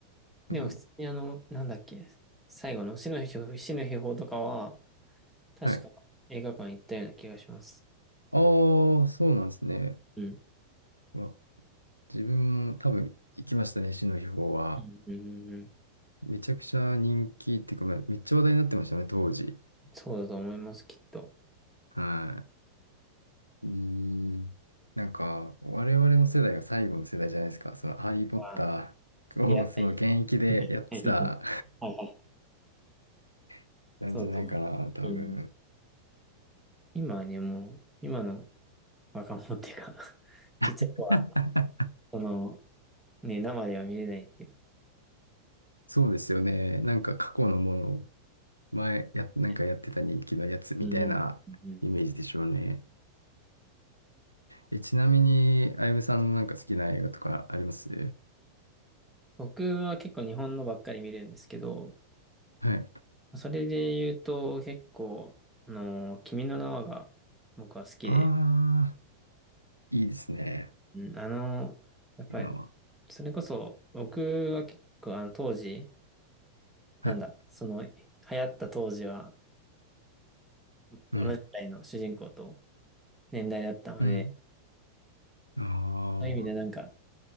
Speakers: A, on the left; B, in the centre.
A: うん。
B: でも普通にあの、なんだっけ、最後の死の秘死の秘宝とかは、確か映画館行ったような気がします。
A: はい。ああ、そうなんですね。
B: うん。
A: わ自分も多分行きましたね、死の秘宝は。
B: うん、うん、うん。
A: めちゃくちゃ人気っていうか、まあめっちゃ話題になってましたね、当時。
B: そうだと思います、きっと。
A: はい。うーん。なんか、我々の世代が最後の世代じゃないですか。その、ハリー・ポッターを、
B: は出会ったり。
A: <laughs> その、現役でやってた
B: はい、見て。はいはい。
A: <laughs> なんじゃないかな、
B: そうだと思います。
A: 多分。
B: うん。今はね、もう、今の若者っていうか <laughs> ちっちゃい子は、
A: <laughs>
B: その、ね、生では見れないっていうか
A: そうですよね。なんか、過去のもの、前、や、なんかやってた人気のやつみたいなイメージでしょうね。
B: ね。うん。うん。
A: え、ちなみに、あゆむさんのなんか好きな映画とかあります
B: 僕は結構日本のばっかり見るんですけど、
A: はい。
B: それで言うと、結構、あの君の名はが僕は好きで、
A: ああ、いいですね。
B: うん、あのやっぱり、
A: 今は。
B: それこそ、僕は結構、あの、当時、
A: はい。
B: なんだ、その、流行った当時は、同じくらいの主人公と
A: うん。
B: 年代だったので、
A: うん。あ
B: そういう意味でなんか、
A: あ。